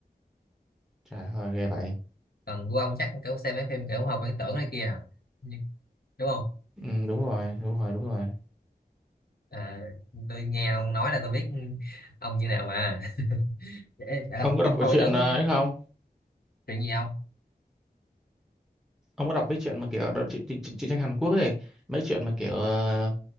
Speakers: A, in the centre; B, on the left (about 65°).
A: trời ơi ghê vậy
B: còn của ông chắc kiểu xem mấy phim kiểu học viễn tưởng này kia à. Như- đúng không
A: ừ, đúng rồi đúng rồi đúng rồi
B: à, tôi nghe ông nói là tôi biết ông như nào mà <laughs> Ê, à,
A: ông có
B: phim
A: đọc
B: khoa
A: cái chuyện
B: viễn tưởng
A: ờ, ấy không
B: chuyện gì không
A: ông có đọc mấy chuyện mà kiểu đọc, chị, chị, chị, truyện tranh Hàn Quốc ấy mấy chuyện mà kiểu ờ,